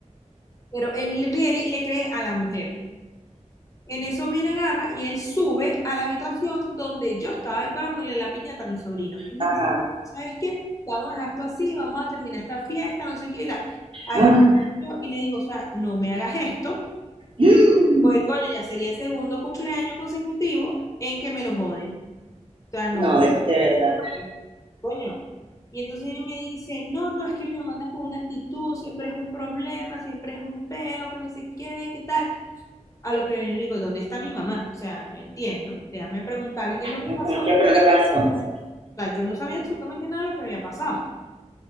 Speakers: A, on the left; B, on the right.
A: Pero él viene y le cree a la mujer. En eso viene, agarra y él sube a la habitación donde yo estaba decorándole la piñata a mi sobrino. Y me
B: ajá,
A: dice, ¿sabes qué? Vamos a dejar esto así, vamos a terminar esta fiesta, no sé qué y tal. A
B: ah,
A: lo que yo y le digo, o sea, no me hagas esto,
B: mm,
A: porque coño, ya sería el segundo cumpleaños consecutivo en que me lo joden. O sea, no
B: no,
A: me
B: de, de verdad.
A: joden, coño. Y entonces él me dice, no, no, es que mi mamá anda con una actitud, siempre es un problema, siempre es un peo, que no sé qué, qué tal. A lo que yo le digo, ¿dónde está mi mamá? O sea, no entiendo. Déjame preguntarle qué es lo que
B: Ujú,
A: pasó.
B: ¿Qué
A: O
B: fue lo que pasó? O sea,
A: sea, yo no sabía absolutamente nada de lo que había pasado.